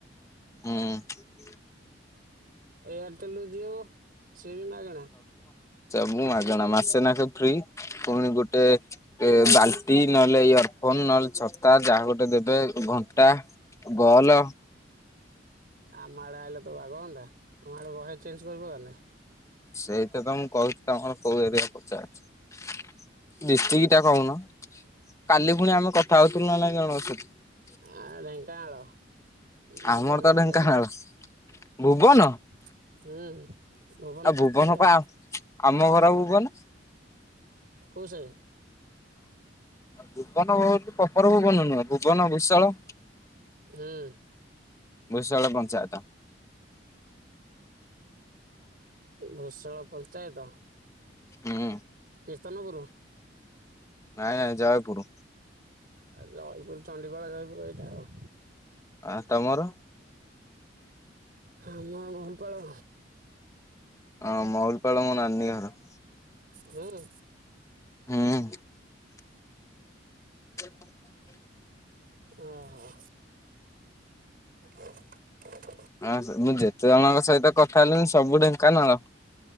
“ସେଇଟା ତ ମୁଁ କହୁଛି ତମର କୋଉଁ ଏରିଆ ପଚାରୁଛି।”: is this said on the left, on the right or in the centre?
Left